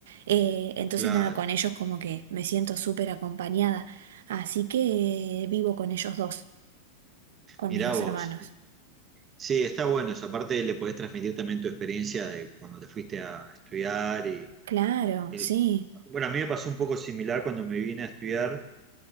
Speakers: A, on the right (about 80°); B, on the right (about 20°).
A: Eh, entonces,
B: claro.
A: nada, con ellos como que me siento súper acompañada. Así que eh, vivo con ellos dos, con
B: Mirá
A: mis dos
B: vos.
A: hermanos.
B: Sí, está bueno. Esa parte le podés transmitir también tu experiencia de cuando te fuiste a estudiar y
A: Claro,
B: el-
A: sí.
B: bueno, a mí me pasó un poco similar cuando me vine a estudiar,